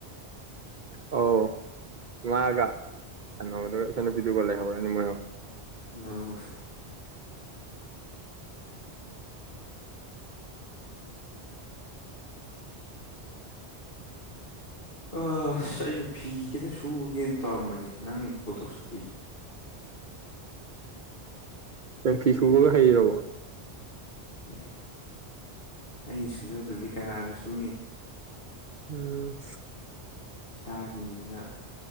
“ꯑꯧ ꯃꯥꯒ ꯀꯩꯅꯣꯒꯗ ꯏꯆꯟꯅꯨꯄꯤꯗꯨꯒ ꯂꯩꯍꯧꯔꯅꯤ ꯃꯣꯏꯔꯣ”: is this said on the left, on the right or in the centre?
Right